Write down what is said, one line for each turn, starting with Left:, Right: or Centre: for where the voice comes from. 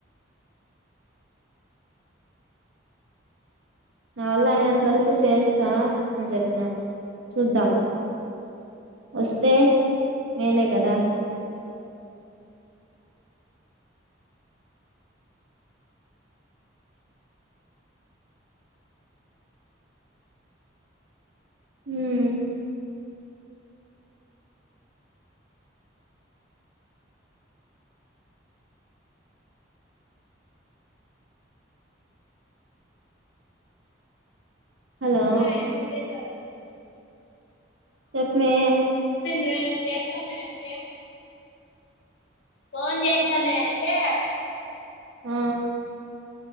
Right: నా వల్ల అయినంత వరకు చేస్తా, అని చెప్పిన చూద్దాం వస్తే మేలే కదా మ్ హలో
Left: ఇంకా ఏం విశేషాలు
Right: చేపమే
Left: ఇవాళ చేస్తామే <unintelligible> ఫోన్ చేస్తామే అంటే
Right: ఆ